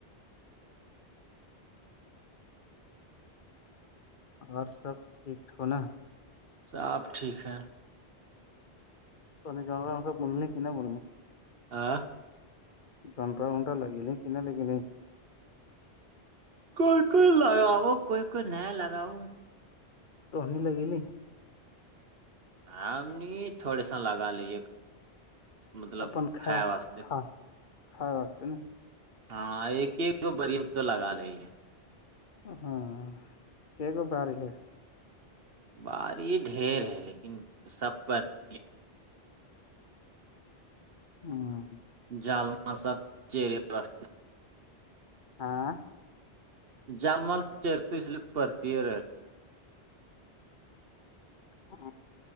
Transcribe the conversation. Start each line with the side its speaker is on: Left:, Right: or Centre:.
Left: اور سب ٹھ نا
Right: ساب ٹھیک ہے
Left: تو جگاا بول کہ ن بول
Right: آ
Left: جنرا ونٹرا لگیے کن لگلے
Right: کوئی کوئی لگاؤ کوئی کوئی نہیں لگاؤ
Left: تو ہنی لگیلی
Right: آم نہیں تھوڑے س لگا لیے مطلب
Left: اپن
Right: کھا واسطتے
Left: کھا کھائے واستے نا
Right: ہاں ایک ایک بریم تو لگا لیں ہیں
Left: ہاں کیاک ب رہ ہے
Right: باری ڈھیر ہے لیکن سب پر ت
Left: ہوں
Right: جال مر سات چرے بستے
Left: ہاں
Right: جال مال چیر تو اس لیے پڑتی ہی رہتی
Left: ہ